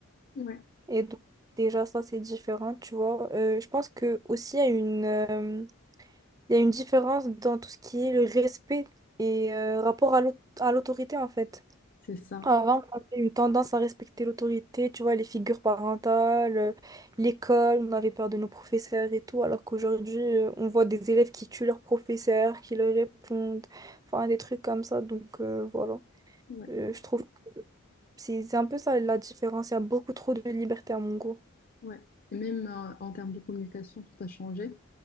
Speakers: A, on the left; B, on the right.
A: Ouais,
B: Et donc, déjà, ça, c'est différent, tu vois. Euh, je pense que aussi, il y a une, euh, il y a une différence dans tout ce qui est le respect et euh, rapport à l'au- à l'autorité, en fait.
A: c'est ça.
B: Avant, on avait eu tendance à respecter l'autorité, tu vois, les figures parentales, euh, l'école, on avait peur de nos professeurs et tout, alors qu'aujourd'hui, euh, on voit des élèves qui tuent leurs professeurs, qui leur répondent, enfin, des trucs comme ça. Donc, euh, voilà.
A: ouais,
B: Euh, je trouve que c'est c'est un peu ça la différence. Il y a beaucoup trop de liberté à mon goût.
A: ouais. Et même euh, en termes de communication, tout a changé.